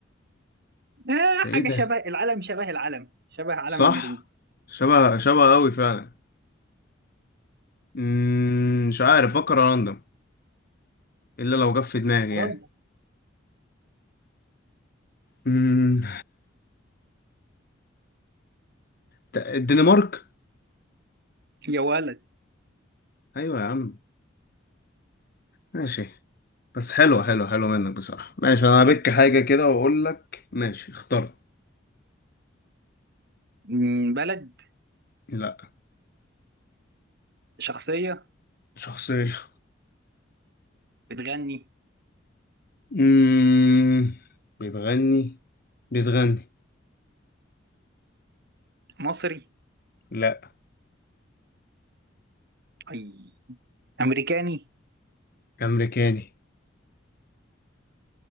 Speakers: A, on the right (about 55°); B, on the left (about 50°).
A: آه،
B: ده إيه
A: حاجة
B: ده
A: شبه العلم شبه العلم شبه علم
B: صح
A: النرويج
B: شبه شبه قوي فعلا مم، مش عارف فكر راندوم الا لو جه في دماغي
A: خلاص.
B: يعني مم، ت- الدنمارك
A: يا ولد
B: ايوه يا عم ماشي بس حلوه حلوه حلوه منك بصراحه ماشي انا هبك حاجه كده واقول لك ماشي اخترت
A: مم، بلد
B: لا
A: شخصية
B: شخصيه
A: بتغني
B: مم، بتغني بتغني
A: مصري
B: لا
A: أي أمريكاني
B: امريكاني